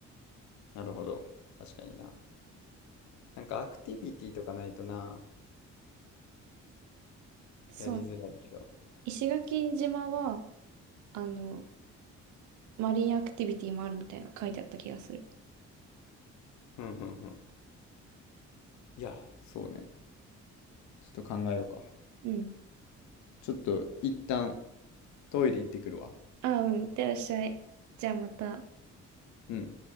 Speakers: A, on the left; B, on the right.
A: なるほど。確かにな。なんかアクティビティとかないとな、
B: う、そうね。
A: やりづらいけど。
B: 石垣島は、あの、マリンアクティビティもあるみたいな書いてあった気がする。
A: ふんふんふん。いや、そうね。ちょっと考えようか。
B: うん。
A: ちょっと一旦トイレ行ってくるわ。
B: ああ、うん、いってらっしゃい。じゃあまた。
A: うん。